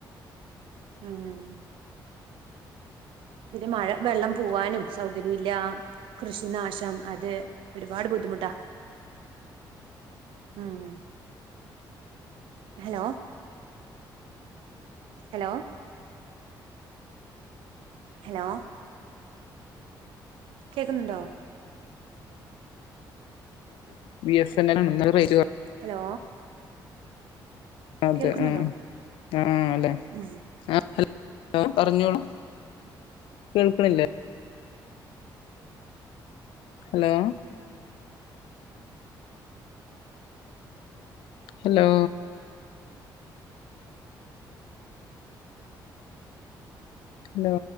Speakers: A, on the right; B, on the left.
A: ഉം പിന്നെ മഴ വെള്ളം പോവാനും സൗകര്യുല്ല. കൃഷിനാശം അത് ഒരുപാട് ബുദ്ധിമുട്ടാ ഉം ഹലോ. ഹലോ. ഹലോ. കേക്ക്ന്ന്ണ്ടോ
B: ബിഎസന്നലാണ് ഇന്നല റയ്ഞ്ച് കൊ
A: ഹലോ.
B: അതെ
A: കേൾക്കുന്നുണ്ടോ
B: ആഹ് അഹ് ആഹ് ലെ.
A: ഉം
B: ആ ഹലോ പറഞ്ഞോളു കേൾക്ക്ണില്ലേ? ഹലോ. Hello hello